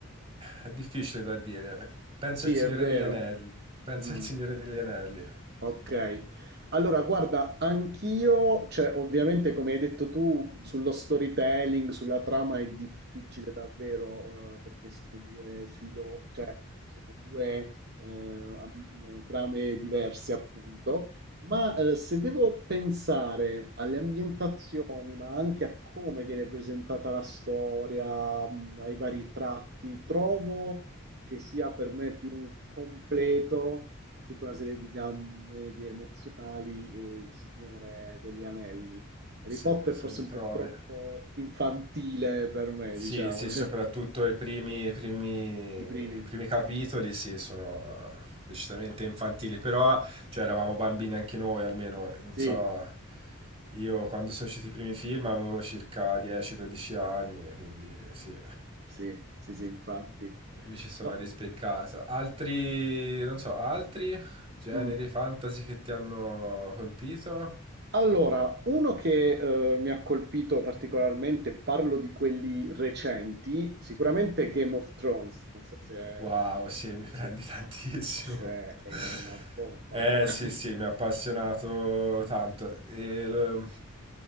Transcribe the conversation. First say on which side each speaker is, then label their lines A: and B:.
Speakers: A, on the right; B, on the right.
A: eh, è difficile da dire. Penso
B: Sì,
A: al Signore
B: è vero.
A: degli Anelli, penso
B: Mm.
A: al Signore degli Anelli.
B: Okay.
A: Mi ha preso molto di
B: Allora
A: più.
B: guarda, anch'io cioè ovviamente come hai detto tu, sullo storytelling, sulla trama è difficile davvero, ehm, perché sono 2 filo cioè sono 2, ehm, am eh, trame diverse appunto, ma, ehm, se devo pensare alle ambientazioni, ma anche a come viene presentata la storia, mhmm, ai vari tratti, trovo che sia per me più completo con tutta una serie di gambe di emozionali, e il Signore degli Anelli. Harry
A: Se,
B: Potter
A: se
B: forse
A: mi
B: un
A: trovi.
B: po' troppo infantile per me,
A: Sì,
B: diciamo,
A: sì,
B: cioè,
A: soprattutto i primi, i primi-
B: i primi.
A: i primi capitoli, sì, sono decisamente infantili, però, cioè, eravamo bambini anche noi, almeno, non
B: Sì,
A: so, io quando sono usciti i primi film avevo circa 10-12 anni, quindi sì,
B: sì, sì, sì, infatti.
A: mi ci sono
B: Ah,
A: rispeccato. Altri, non so, altri generi
B: mm.
A: fantasy che ti hanno colpito?
B: Allora, uno che eh, mi ha colpito particolarmente, parlo di quelli recenti, sicuramente Game of Thrones, non so se,
A: Wow, sì, mi
B: se-
A: prendi tantissimo.
B: se è
A: <laughs>
B: una bomba.
A: Eh
B: <laughs>
A: sì, sì, mi ha appassionato tanto. E lo,